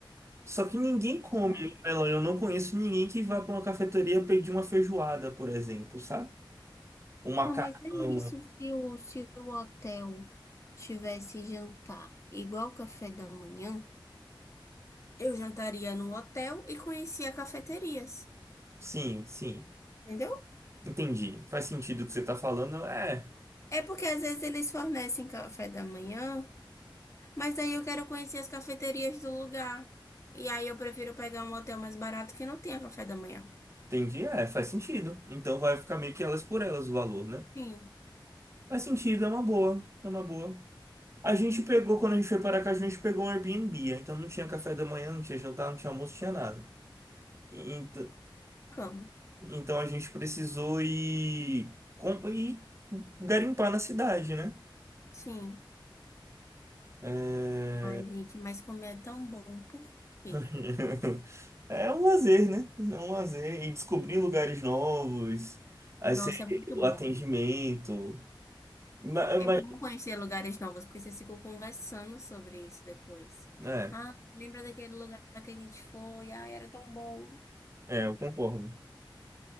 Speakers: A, on the right; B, on the left.
A: Só que ninguém come
B: Verdade.
A: melão. Eu não conheço ninguém que vá para uma cafeteria pedir uma feijoada, por exemplo, sabe? Um macarrão.
B: Não, mas é isso. Se o, se o hotel tivesse jantar igual o café da manhã, eu jantaria no hotel e conhecia cafeterias.
A: Sim, sim.
B: Entendeu?
A: Entendi. Faz sentido o que você está falando. É,
B: É porque às vezes eles fornecem café da manhã, mas aí eu quero conhecer as cafeterias do lugar. E aí eu prefiro pegar um hotel mais barato que não tenha café da manhã.
A: entendi. É, faz sentido. Então vai ficar meio que elas por elas o valor, né?
B: Sim,
A: Faz sentido, é uma boa. É uma boa. A gente pegou, quando a gente foi para cá, a gente pegou um Airbnb. Então não tinha café da manhã, não tinha jantar, não tinha almoço, não tinha nada. Ent-
B: cama.
A: Então a gente precisou ir, com- ir garimpar na cidade, né?
B: Sim.
A: É...
B: Ai, gente, mas comer é tão bom. Por quê?
A: <laughs> é um lazer, né? É um lazer. E descobrir lugares novos, aí
B: Nossa,
A: você-
B: é muito
A: o
B: bom.
A: atendimento. Ma- ma-
B: É bom conhecer lugares novos, porque vocês ficam conversando sobre isso depois.
A: é,
B: Ah, lembra daquele lugar que a gente foi? Ai, era tão bom.
A: é, eu concordo.